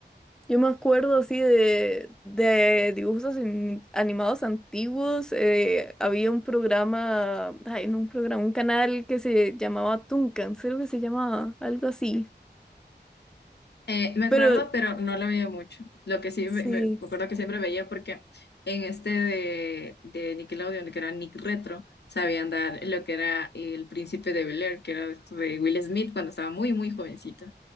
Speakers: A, in the centre; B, on the left.
A: Yo me acuerdo así de, de dibujos ani- animados antiguos. eh, había un programa, ay, no un programa, un canal que se llamaba Tunkan, creo que se llamaba, algo así.
B: Eh, me acuerdo,
A: Pero
B: pero no la veía mucho. Lo que sí
A: sí,
B: me, me- me acuerdo que siempre veía porque en este de, de Nickelodeon, que era Nick Retro, sabían dar lo que era El Príncipe de Bel-Air, que era esto de Will Smith cuando estaba muy, muy jovencito.